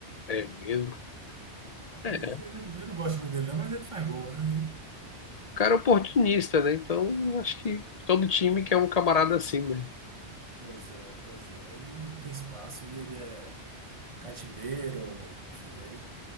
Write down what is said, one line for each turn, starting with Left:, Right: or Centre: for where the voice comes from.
Left: é mesmo. É,
Right: Ele,
Left: o
Right: ele, eu não gosto muito dele, não, mas ele faz gol, né? E-
Left: cara é oportunista, né? Então acho que todo time quer um camarada assim, né?
Right: pois é, pois é. Aí tem espaço, e ele é catimbeiro, enfim, aí